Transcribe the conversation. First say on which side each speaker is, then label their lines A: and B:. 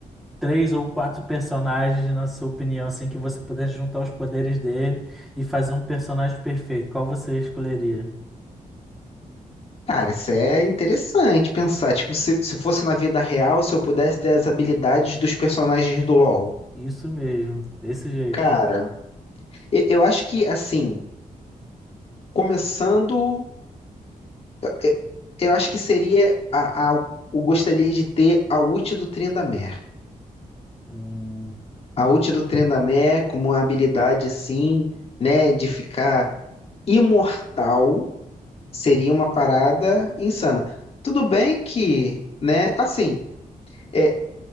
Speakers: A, in the centre; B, on the left.
A: três ou quatro personagens, na sua opinião, assim que você pudesse juntar os poderes dele e fazer um personagem perfeito, qual você escolheria?
B: Cara, isso é interessante pensar. Tipo, se, se fosse na vida real, se eu pudesse ter as habilidades dos personagens do LoL.
A: Isso mesmo, desse jeito.
B: Cara, e- eu, acho que, assim, começando, e- eu acho que seria a, a, eu gostaria de ter a ult do Tryndamere.
A: Hum,
B: A ult do Tryndamere como uma habilidade, assim, né, de ficar imortal seria uma parada insana. Tudo bem que, né, assim. é,